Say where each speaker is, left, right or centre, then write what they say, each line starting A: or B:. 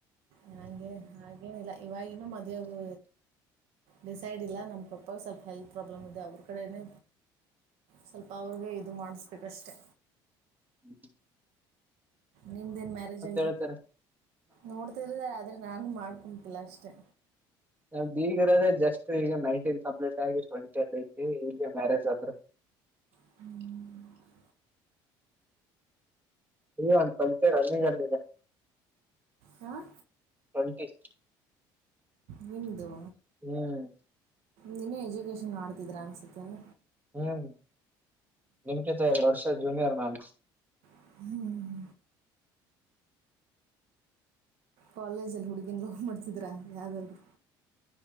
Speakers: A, on the right; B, on the right.
A: ನಂಗೆ ಹಾಗೇನಿಲ್ಲ ಇವವಾಗಿನ್ನುೂ ಮದ್ವೆಗ ಡಿಸೈಡ್ ಇಲ್ಲ ನಮ್ಮ ಪಪ್ಪಾಗ ಸ್ವಲ್ಪ ಹೆಲ್ತ್ ಪ್ರಾಬ್ಲಮ್ ಇದೆ ಅವ್ರ ಕಡೇನೆ. ಸ್ವಲ್ಪ ಅವ್ರಗೆ ಇದು ಮಾಡಿಸಬೇಕಷ್ಟೆ.
B: ಹ್ಮ್
A: ನಿಮ್ದೇನ್ ಮ್ಯಾರೇಜ್ ಆಗಿಲ್ಲ
B: ಹೇಳ್ತಾರೆ
A: ನೋಡ್ತಿರಾರೆ ಆದ್ರೆ ನಾನು ಮಾಡ್ಕೊಂತಲ್ಲ ಅಷ್ಟೆ.
B: ನಮ್ಮಈಗಿರ ಜಸ್ಟ್ ಈಗ ನೈನ್ಟೀನ್ ಕಂಪ್ಲೀಟ್ ಆಗಿ ಟ್ವೆಂಟಿ ಐತಿ ಇಲ್ಲಿ ಮ್ಯಾರೇಜ್ ಅಂದ್ರೆ.
A: ಹ್ಮ್
B: ಇ ಒ ಸಂಚೆ ರಜನಿ ಜನ್ <inaudible>
A: ಹಾಂ
B: ಟ್ವಂಟಿ.
A: ನಿಂದು.
B: ಹ್ಮ್
A: ನಿನು ಎಜುಕೇಶನ್ ಮಾಡ್ತಿದ್ರ ಅನ್ಸತ್ತಲ್ಲ.
B: ಹ್ಮ್ ನಿಮಕಿಂತ ಎರಡು ವರ್ಷ ಜೂನಿಯರ್ ನಾನು.
A: ಹ್ಮ್ ಕಾಲೇಜಲ್ಲಿ ಹುಡುಗಿನ್ ಲವ್ ಮಾಡ್ತಿದ್ರಾ ಯಾವುದಾದ್ರರು.